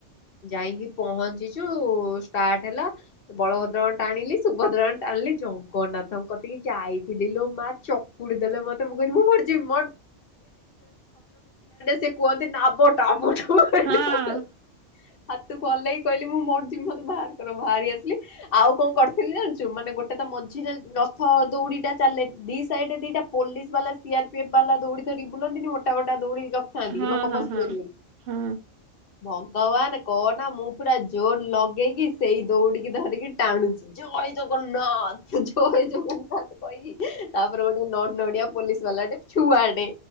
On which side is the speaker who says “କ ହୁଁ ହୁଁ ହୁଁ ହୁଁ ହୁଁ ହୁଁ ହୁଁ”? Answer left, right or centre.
Right